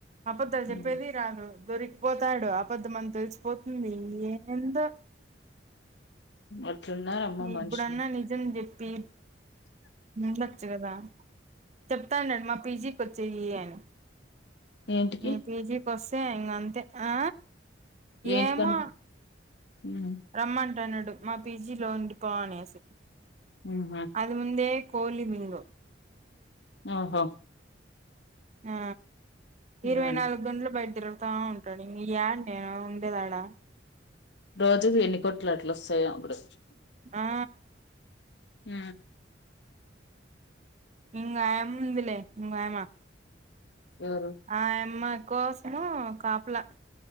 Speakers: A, on the right; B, on the left.
A: అపద్ధాలు
B: ఉమ్
A: చెప్పేది రాదు దొరికిపోతాడు అబద్ధం అని తెలిసిపోతుంది ఏందో
B: అట్లున్నారమ్మ
A: ఇ
B: మనుషులు
A: ఇప్పుడన్నా నిజం చెప్ పే మలొచ్చు కదా చెప్తండేది మా పీజీకి వచ్చేయి అనీ
B: ఏంటికి
A: మీ పిజీ కోస్తే ఇంగ అంతే ఆ
B: ఏంటికని
A: ఏమో
B: ఉమ్
A: రమ్మటన్నాడు మా పిజీ జీలో ఉడిపో అనేసి
B: ఉహు
A: అది ముందే కోలి మీంగు
B: ఆహా
A: ఆ
B: ఉమ్
A: ఇరవై నాలుగు గంటలు బయట తిరుగుతా ఉంటాడు ఇంగ యాడ నే డేది ఆడ
B: రోజుకు ఎన్నికోటట్లు వస్తాయో అప్పుడు
A: ఆ
B: ఉ
A: ఇంగ ఆయమ్మ ఉంది లె ఇంగోయమ్మ
B: ఎవరు
A: ఆ యామ్మా కోసము కాపలా